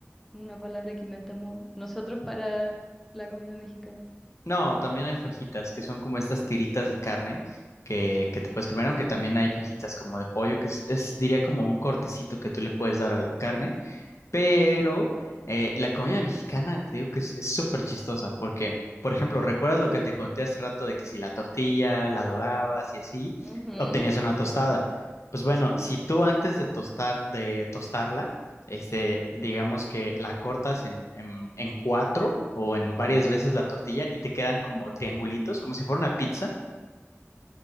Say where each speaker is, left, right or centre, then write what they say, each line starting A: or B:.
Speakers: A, in the centre; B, on the left.
A: una palabra que inventamos nosotros para la comida mexicana.
B: No, también hay fajitas, que son como estas tiritas de carne que, que te puedes comer, aunque también hay fajitas como de pollo, que es, es, diría como un cortecito que tú le puedes dar a la carne Pero eh, la comida mexicana, te digo que es es súper chistosa, porque, por ejemplo, ¿recuerdas lo que te conté hace rato de que si la tortilla la dorabas y así,
A: Ujú,
B: obtenías una tostada? Pues bueno,
A: Sí.
B: si tú antes de tostar, de tostarla, este, digamos que la cortas en, en en cuatro o en varias veces la tortilla y te quedan como triangulitos, como si fuera una pizza.